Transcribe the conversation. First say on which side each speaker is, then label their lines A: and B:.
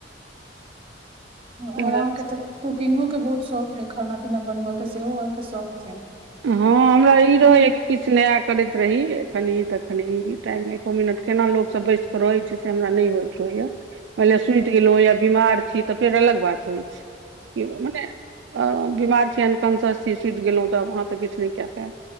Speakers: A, on the right; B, on the right.
A: आओर
B: सएह
A: अहाँकेँ तऽ कूकिंगो केँ बहुत शौख है खाना पीना बनबऽ केँ सेहो अहाँकेँ शौख छै
B: हँ हमरा ई
A: हुं
B: रहैया किछ नया करैत रही खन ई तऽ खन ई टाइम एको मिनट केना लोकसभ बैस कऽ रहै छै से हमरा नय होइत रहैय मानि लियऽ सुति गेलहु या बीमार छी तऽ फेर अलग बात होइ छै मने बीमार छी अनकॉन्सस छी सुति गेलहुँ तऽ अहाँ तऽ किछ नय कैय पायब